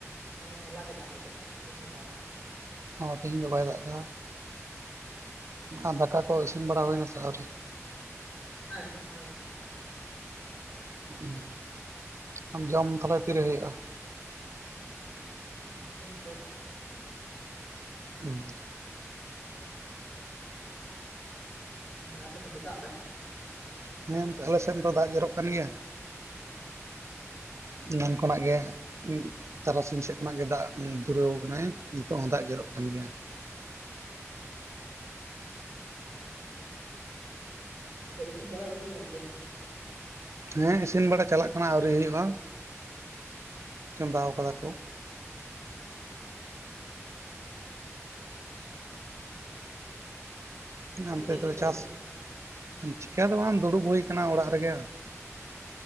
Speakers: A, on the left; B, on the right.
A: ᱦᱟᱱᱮ ᱦᱚᱞᱟ ᱜᱮ ᱫᱟᱜ ᱞᱮᱫᱟᱭ ᱛᱤᱦᱤᱧ ᱫᱚ ᱵᱟᱭ ᱫᱟᱜ
B: ᱚ ᱛᱤᱦᱤᱧ ᱫᱚ ᱵᱟᱭ ᱫᱟᱜ ᱫᱟ?
A: ᱦᱮᱸ᱾
B: ᱟᱨ ᱫᱟᱠᱟ ᱠᱚ ᱤᱥᱤᱱ ᱵᱟᱲᱟ ᱦᱩᱭᱱᱟᱥᱮ ᱟᱹᱣᱨᱤ?
A: ᱦᱮᱸ ᱤᱥᱤᱱ ᱵᱟᱲᱟ ᱫᱚ ᱦᱳᱭ ᱠᱟᱱᱟ᱾
B: ᱩᱸ ᱟᱢ ᱡᱚᱢ ᱛᱟᱦᱞᱮ ᱛᱤᱨᱮ ᱦᱩᱭᱩᱜᱼᱟ?
A: ᱡᱚᱢ ᱫᱚ ᱢᱤᱫ ᱜᱷᱟᱲᱤ ᱯᱚᱨ᱾
B: ᱩᱸ᱾
A: ᱛᱟᱦᱞᱮ ᱟᱯᱮ ᱥᱮᱫ ᱫᱚ ᱫᱟᱜ ᱫᱟᱭ?
B: ᱦᱮᱸ ᱱᱚᱛᱮ ᱟᱞᱮ ᱥᱮᱱ ᱫᱚ ᱫᱟᱜ ᱡᱚᱨᱚᱜ ᱠᱟᱱ ᱜᱮᱭᱟ᱾
A: ᱩᱸ᱾
B: ᱱᱚᱝᱠᱟᱱᱟᱜ ᱜᱮ ᱛᱟᱨᱟᱥᱤᱧ ᱥᱮᱫ ᱠᱷᱚᱱᱟᱜ ᱜᱮ ᱫᱟᱜ ᱫᱩᱨᱟᱹᱣ ᱠᱟᱱᱟᱭ ᱱᱤᱛᱳᱜ ᱦᱚᱸ ᱫᱟᱜ ᱡᱚᱨᱚᱜ ᱠᱟᱱ ᱜᱮᱭᱟ᱾
A: ᱦᱩᱸᱻ ᱦᱩᱸ ᱟᱫᱚ ᱤᱥᱤᱱ ᱵᱟᱲᱟ ᱫᱚ ᱦᱳᱭ ᱠᱟᱱᱜᱮᱭᱟ?
B: ᱦᱮᱸ ᱤᱥᱤᱱ ᱵᱟᱲᱟ ᱪᱟᱞᱟᱜ ᱠᱟᱱᱟ ᱟᱣᱨᱤ ᱦᱩᱭᱩᱜ-ᱟ ᱪᱚᱸᱫᱟ ᱠᱟᱫᱟ ᱠᱚ᱾
A: ᱩᱸ᱾ ᱱᱤᱛᱚᱜ
B: ᱚᱱᱛᱮ
A: ᱪᱮᱫ
B: ᱫᱚ
A: ᱪᱤᱠᱟᱹ ᱦᱩᱭᱩᱜ
B: ᱪᱟᱥ,
A: ᱠᱟᱱᱟ
B: ᱪᱤᱠᱟᱹ ᱫᱚ ᱵᱟᱝ ᱫᱩᱲᱩᱵ ᱦᱩᱭ ᱠᱟᱱᱟ ᱚᱲᱟᱜ ᱨᱮᱜᱮ?